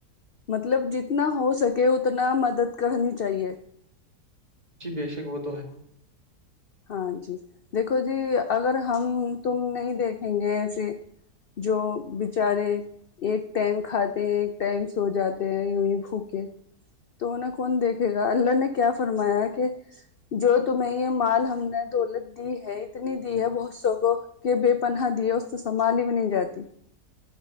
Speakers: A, on the left (about 60°); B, on the right (about 25°).
A: مطلب جتنا ہو سکے اتنا مدد کرنی چاہیے
B: جی بے شک وہ تو ہے
A: ہاں جی دیکھو جی اگر ہم تم نہیں دیکھیں گے ایسے جو بچارے ایک ٹائم کھاتے ہیں ایک ٹائم سو جاتے ہیں یوں ہی بھوکے تو انہیں کون دیکھے گا اللہ نے کیا فرمایا کہ جو تمہیں یہ مال ہم نے دولت دی ہے اتنی دی ہے بہت سو کو کہ بے پنہا دیے اس سے سنبھالی بھی نہیں جاتی